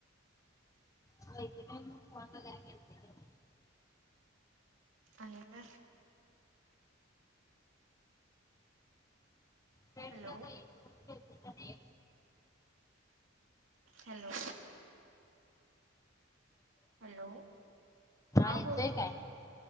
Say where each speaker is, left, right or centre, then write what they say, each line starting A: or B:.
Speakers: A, on the left; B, on the right.
A: होय की नाहीं फोन वगैरें करतें की नाहीं
B: आले तरं
A: फ्रेंडना
B: हॅलो
A: काही फोन केलते का नाही?
B: हॅलो हॅलो
A: हा
B: हां
A: येतोय
B: बोलं की
A: काय?